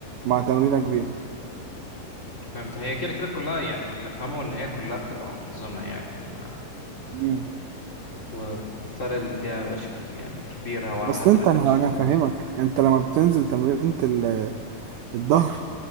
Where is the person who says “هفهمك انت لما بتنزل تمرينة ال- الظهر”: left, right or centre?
Right